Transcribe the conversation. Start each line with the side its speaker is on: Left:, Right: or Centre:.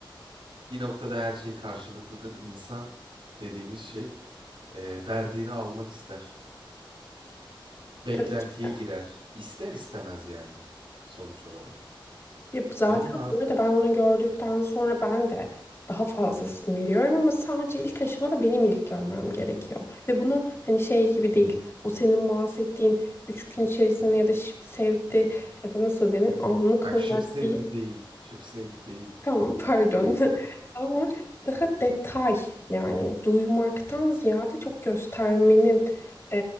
Right: bir noktada her şey karşılıklıdır. İnsan dediğimiz şey e, verdiğini almak ister. Beklentiye
Left: Tabii ki.
Right: girer. İster istemez yani sonuç olarak.
Left: Ya zaten
Right: Onun har
Left: bu arada ben onu gördükten sonra ben de daha fazlasını veriyorum ama sadece ilk aşamada benim ilk görmem gerekiyor. Ve bunu hani şey gibi değil. O senin bahsettiğin 3 gün içerisinde ya da şıp sevdi ya da nasıl denir anlık
Right: bak
Left: olarak
Right: şıp sevdi
Left: değil.
Right: değil. Şıp sevdi değil.
Left: Tamam pardon. <laughs> Ama daha detay yani duymaktan ziyade çok göstermenin e,